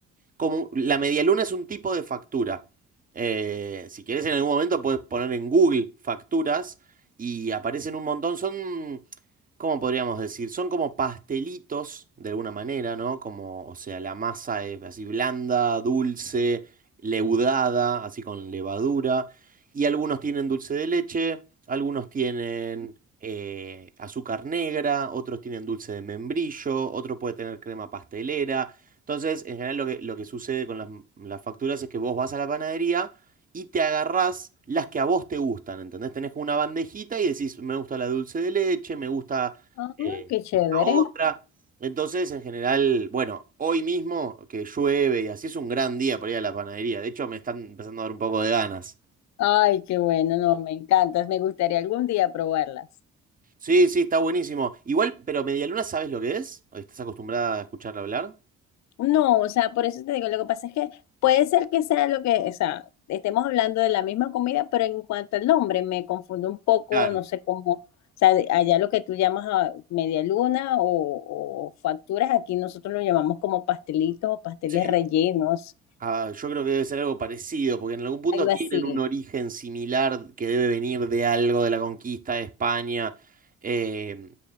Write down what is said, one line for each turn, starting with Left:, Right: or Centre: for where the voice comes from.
Right: como la medialuna es un tipo de factura. Eh, si querés en algún momento puedes poner en Google facturas y aparecen un montón. Son, ¿cómo podríamos decir? Son como pastelitos de alguna manera, ¿no? Como, o sea, la masa es así blanda, dulce, leudada, así con levadura. Y algunos tienen dulce de leche, algunos tienen eh, azúcar negra, otros tienen dulce de membrillo, otro puede tener crema pastelera. Entonces, en general lo que, lo que sucede con las, las facturas es que vos vas a la panadería y te agarrás las que a vos te gustan, ¿entendés? Tenés como una bandejita y decís, me gusta la dulce de leche, me gusta
Left: Ah,
Right: eh,
Left: qué chévere.
Right: esta otra. Entonces, en general, bueno, hoy mismo que llueve y así es un gran día para ir a la panadería. De hecho, me están empezando a dar un poco de ganas.
Left: Ay, qué bueno, no, me encantas. Me gustaría algún día probarlas.
Right: Sí, sí, está buenísimo. Igual, pero Medialuna, ¿sabes lo que es? ¿Estás acostumbrada a escucharla hablar?
Left: No, o sea, por eso te digo, lo que pasa es que puede ser que sea lo que, o sea, estemos hablando de la misma comida, pero en cuanto al nombre me confundo un poco,
Right: Claro.
Left: no sé cómo, o sea, de- allá lo que tú llamas ah, media luna o, o facturas, aquí nosotros lo llamamos como pastelitos o pasteles
Right: Sí.
Left: rellenos,
Right: Ah, yo creo que debe ser algo parecido, porque en algún punto
Left: algo
Right: tienen
Left: así.
Right: un origen similar que debe venir de algo de la conquista de España. Eh,